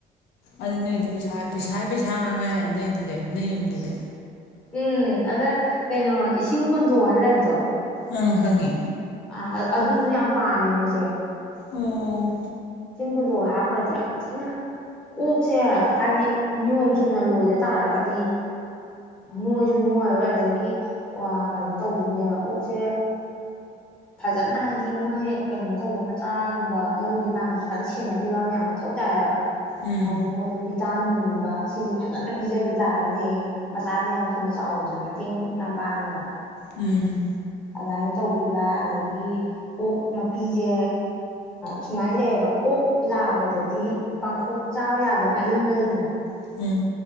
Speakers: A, on the left (about 80°); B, in the centre.
A: ꯑꯗꯨ ꯅꯣꯏꯗꯤ ꯄꯩꯁꯥ ꯄꯩꯁꯥꯏ ꯄꯩꯁꯥ ꯉꯥꯛꯉꯥꯏꯔꯦ ꯅꯣꯏꯗꯤ ꯗꯨꯗꯤ ꯅꯣꯏ ꯌꯨꯝꯗꯨꯗꯤ
B: ꯎꯝ ꯑꯗ ꯀꯩꯅꯣ ꯏꯁꯤꯡ ꯀꯨꯟꯗꯣꯛꯑꯅ ꯂꯩꯕꯗꯣ
A: ꯑꯪ ꯈꯪꯉꯦ
B: ꯑ ꯑꯗꯨꯁꯨ ꯌꯥꯝ ꯄꯥꯝꯃꯦ ꯃꯣꯏꯁꯦ
A: ꯑꯣ
B: ꯆꯤꯡ ꯀꯨꯟꯗꯣꯛꯒ ꯍꯥꯞꯈ꯭ꯔꯗꯤ ꯌꯥꯝ ꯊꯤꯅ ꯑꯣꯛꯁꯦ ꯍꯥꯏꯕꯗꯤ ꯅꯤꯌꯣꯝ ꯆꯨꯝꯅ ꯂꯣꯏꯗ ꯇꯥꯔꯒꯗꯤ ꯅꯣꯏꯁꯨ ꯅꯣꯏꯔꯔꯣꯏ ꯑꯗꯒꯤ ꯀꯩꯅꯣ ꯇꯧꯗꯣꯏꯅꯦꯕ ꯑꯣꯛꯁꯦ ꯐꯖꯅ ꯍꯥꯏꯗꯤ ꯃꯣꯏ ꯀꯩꯅꯣ ꯇꯧꯕ ꯃꯆꯥꯒꯨꯝꯕ ꯂꯧꯗ꯭ꯔꯤ ꯀꯥꯟꯗꯁꯨ ꯁꯦꯟꯅꯕꯤꯕ ꯑꯃ ꯌꯥꯝ ꯃꯊꯧ ꯇꯥꯏꯌꯦꯕ
A: ꯎꯝ
B: ꯑꯗꯨ ꯕꯤꯇꯝꯤꯟ ꯒꯨꯝꯕ ꯁꯤꯁꯤ ꯐꯖꯅ ꯄꯤꯖꯕꯤ ꯇꯥꯔꯒꯗꯤ ꯍꯌꯦꯡ ꯃꯆꯥꯁꯦ ꯌꯥꯝ ꯊꯨꯅ ꯆꯥꯎꯕꯗꯁꯨ ꯃꯇꯦꯡ ꯌꯥꯝ ꯄꯥꯡꯉꯦꯕ
A: ꯎꯝ
B: ꯑꯗꯨꯃꯥꯏꯅ ꯇꯧꯕꯤꯕ ꯑꯗꯒꯤ ꯑꯣꯛ ꯃꯄꯤꯖꯦ ꯁꯨꯃꯥꯏꯅ ꯂꯩꯌꯦꯕ ꯑꯣꯛ ꯂꯥꯕꯗꯗꯤ ꯄꯥꯡꯈꯣꯛ ꯆꯥꯕ ꯌꯥꯗꯕ ꯑꯂꯦꯡꯕ ꯂꯩꯗꯅ
A: ꯎꯝ